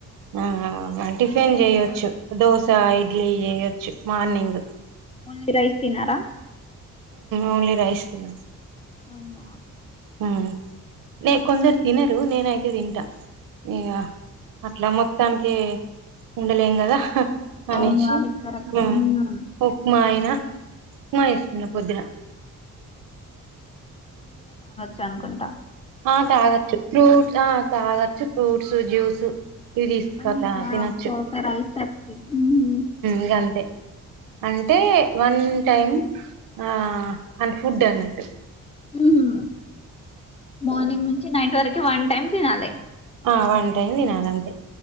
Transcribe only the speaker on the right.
ఆ ఆ టిఫిన్
చేయొచ్చు దోస ఇడ్లీ చేయొచ్చు మార్నింగ్
ఓన్లీ రైస్ిన
ఆ న కొందరి దినరు నేనయతు అ తింట ఇయా అట్లా మొత్తం మత్తానికి ఉండలేం కదా అనేసి
ఉమ్,
ఉప్మా అయినా ఉప్మా వేసుకున్న పొద్దున
ఆ తాగొచ్చు ఫ్రూట్ ఆ తాగొచ్చు ఫ్రూట్ జ్యూస్ ఇవి తీసుకోత
తినొచ్చు
ఇకంతే అంటే వన్ టైమ్ ఆ అన్ ఫుడ్ అన్నట్
ఆ వన్ టైం తినాల అంతే